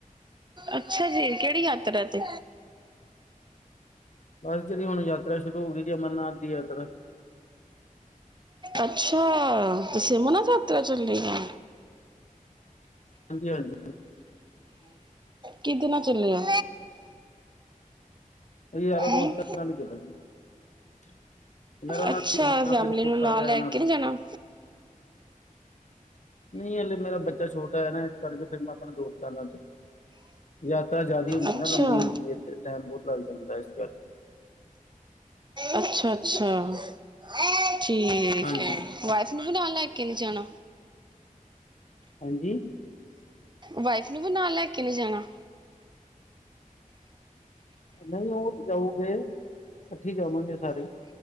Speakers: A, on the right; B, on the left.
A: ਅੱਛਾ ਜੀ, ਕਿਹੜੀ ਯਾਤਰਾ ਤੇ।
B: ਬਸ ਜਿਹੜੀ ਹੁਣ ਯਾਤਰਾ ਸ਼ੁਰੂ ਹੋ ਗਈ ਜੀ ਅਮਰਨਾਥ ਦੀ ਯਾਤਰਾ।
A: ਅੱਛਾ, ਤੁਸੀਂ ਅਮਰਨਾਥ ਯਾਤਰਾ ਤੇ ਚੱਲੇ ਹੋ।
B: ਹਾਂਜੀ- ਹਾਂਜੀ।
A: ਕਿਦੇ ਨਾਲ ਚੱਲੇ ਆ
B: ਅਸੀ ਯਾਰ
A: ਹੂੰ
B: ਦੋਸਤਾਂ ਨਾਲ ਹੀ ਚਲਾ ਜੀ। <unintelligible>
A: ਅੱਛਾ ਫੈਮਲੀ ਨੂੰ ਨਾਲ ਲੈ ਕੇ ਨੀ
B: <unintelligible>
A: ਜਾਣਾ
B: ਨਹੀਂ ਹਲੇ ਮੇਰਾ ਬੱਚਾ ਛੋਟਾ ਹੈ ਨਾ ਇਸ ਕਰਕੇ ਫਿਰ ਮੈਂ ਆਪਣੇ ਦੋਸਤਾਂ ਨਾਲ ਚੱਲਾ। ਯਾਤਰਾ ਜ਼ਿਆਦਾ ਹੁੰਦੀ
A: ਅੱਛਾ
B: ਨਾ ਲੰਬੀ ਹੁੰਦੀ ਹੈ ਤੇ ਟਾਈਮ ਬਹੁਤ ਲੱਗ ਜਾਂਦਾ ਇਸ ਕਰਕੇ।
A: ਅੱਛਾ, ਅੱਛਾ ਠੀਕ ਹੈ। ਠੀਕ
B: ਹਾਂਜੀ
A: ਹੈ ਵਾਈਫ ਨੂੰ ਨਾਲ ਲੈ ਕੇ ਨੀ ਜਾਣਾ।
B: ਹਾਂਜੀ।
A: ਵਾਈਫ ਨੂੰ ਵੀ ਨਾਲ ਲੈ ਕੇ ਨਹੀਂ ਜਾਣਾ।
B: ਨਹੀਂ ਉਹ ਤੇ ਜਾਊਗੇ। ਇਕੱਠੀ ਜਾਵਾਂਗੇ ਸਾਰੇ,